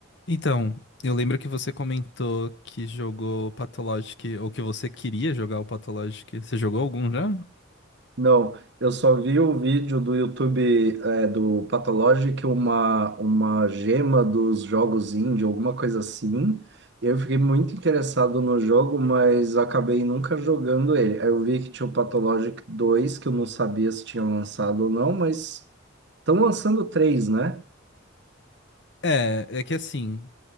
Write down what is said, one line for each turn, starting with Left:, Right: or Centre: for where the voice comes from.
Left: Então, eu lembro que você comentou que jogou Pathologic, ou que você queria jogar o Pathologic. Você jogou algum já?
Right: Não, eu só vi o vídeo do YouTube é, do Pathologic, uma, uma gema dos jogos indie, alguma coisa assim. Eu fiquei muito interessado no jogo, mas acabei nunca jogando ele. Aí Eu vi que tinha o Pathologic dois, que eu não sabia se tinha lançado ou não, mas estão lançando três, né?
Left: É, é que assim,